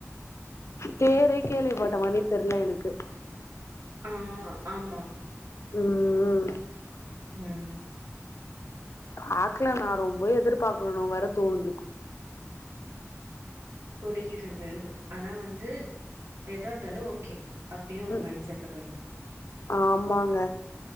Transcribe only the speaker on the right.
ஆ ஆமா
ம்
புரிகிறது ஆனா வந்து எதா இருந்தாலு ஓகே அப்டின்னு ஒரு
மைண்ட் செட்ல <unintelligible>